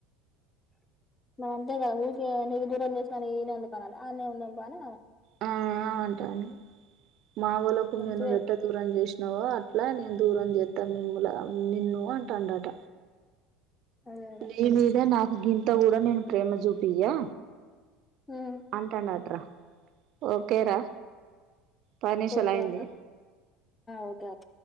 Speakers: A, on the left; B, on the right.
A: అంతే కద ఊకే నీకు దూరం చేసిన ఈ నందుకుకనాలి అ న ఉందం బని
B: ఆ అవుంటాని మావూల కుమి్యను
A: మంచిదే
B: వెెట్ట దూరం చేస్త న ఇలా నేన్ దూరం చెతా మ నిన్ను అంటాంటాట
A: అదే అదే
B: నను ఇద నా గ ఇంత కూడా నేను ప్రేమ చూపి్యా
A: ఉమ్
B: అంటాంట అత్ర ఓకేరా పది నిమిషాలు
A: ఓదత
B: అయింది
A: ఓటత